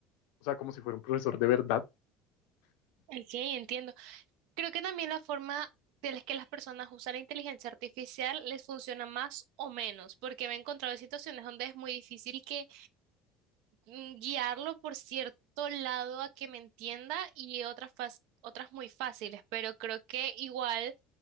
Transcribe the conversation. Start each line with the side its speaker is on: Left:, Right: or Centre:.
Left: o sea, como si fuera un profesor de verdad
Right: Ok, entiendo. Creo que también la forma de las que las personas usan la inteligencia artificial les funciona más o menos, porque me he encontrado en situaciones donde es muy difícil que mm, guiarlo por cierto lado a que me entienda y otras, fas- otras muy fáciles, pero creo que igual